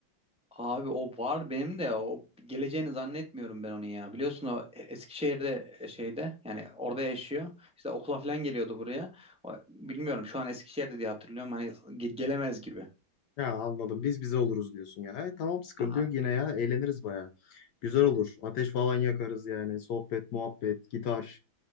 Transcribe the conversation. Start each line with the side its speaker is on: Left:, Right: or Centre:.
Centre: Abi o var benim de o geleceğini zannetmiyorum ben onun ya. Biliyorsun o e, Eskişehir'de e, şeyde yani orada yaşıyor. İşte okula falan geliyordu buraya. O- bilmiyorum şu an Eskişehir'de diye hatırlıyorum. Hani ge- gelemez gibi.
Left: Ya anladım. Biz bize oluruz diyorsun ya. E, tamam sıkıntı
Centre: Aha,
Left: yok yine ya. Eğleniriz bayağı. Güzel olur. Ateş falan yakarız yani. Sohbet, muhabbet, gitar.